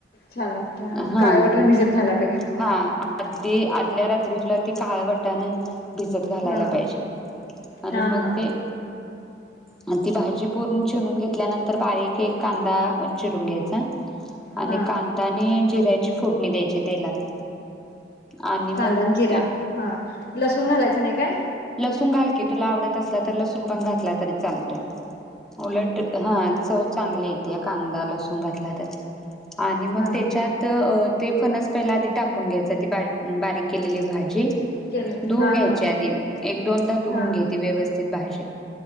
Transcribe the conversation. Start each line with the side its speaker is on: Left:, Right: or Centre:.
Left: छान लागत्या
Centre: हा,
Left: काळे वाटाणे भिजत घालाय पाहिजेत मग
Centre: हा आदी आदल्या रात्री तुला ती काळ वाट टाणे भिजत घालायला
Left: हा
Centre: पाहिजे आणि
Left: हा
Centre: मग
Left: हा
Centre: ते आणि ती भाजी पूर्ण चिणून घेतल्यानंतर बारीक एक कांदा चिरून घ्यायचा आणि
Left: हा
Centre: कांदा आणि जिऱ्या फोडणी द्यायची तेलात आणि
Left: कांदान
Centre: मग
Left: जिरा
Centre: ते
Left: हा लसूण घालायचं नाही काय
Centre: लसून घाल की तुला आवडत असला तर लसून पण घातला तरी चालतोय उलट हा चव चांगले येते कांदा लसून घातला तर. आणि मग
Left: हा
Centre: त्याच्यात
Left: हा
Centre: अ ते फणस पहिला आधी टाकून घ्यायचं ती बा बारीक केलेली भाजी.
Left: केले
Centre: धुऊन
Left: हा
Centre: घ्यायच्या
Left: हा
Centre: आधी. एक दोनदा धुऊून
Left: हा
Centre: घे ती व्यवस्थित भाजी.